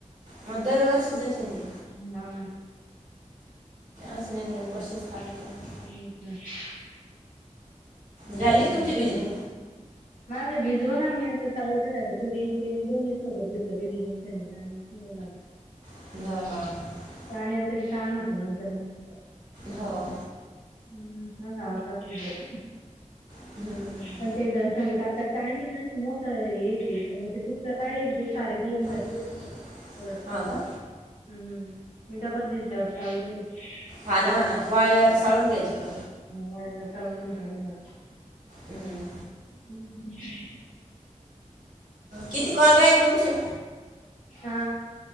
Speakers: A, on the right; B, on the left.
A: मग आता दरवर्षीचच आहे ते.
B: <unintelligible> ना.
A: असं नाही
B: हम्म.
A: एक वर्षातच लागतं ना.
B: <unintelligible>
A: झाले
B: हम्म.
A: का तुमचे बिजून?
B: माझं बिजोन अन मी आता चाळू राहिले आता तुरी ते मी दोन्ही सोबत घेतलं बाई बिजून सनी. <unintelligible>
A: <unintelligible>
B: पाण्याचा ताण होत नंतर मग.
A: हा हो
B: हम्म माझं आवरलात आता भिजवते.
A: हम्म.
B: पण ते सांगिता अक्काची चाळणी ना अस मोठं येत पण मग ते <unintelligible> तर राहील ते सारे गळन
A: <inaudible>
B: परत
A: हा का
B: हम्म मी डबल भिजल्यावर चालू राहिले.
A: हां ना हां ना वाळ्यावर चाळून घ्यायचे.
B: वाळल्यावर चाळून घेता मला.
A: हम्म.
B: हम्म
A: किती कॉल राहीले तुमचे?
B: हा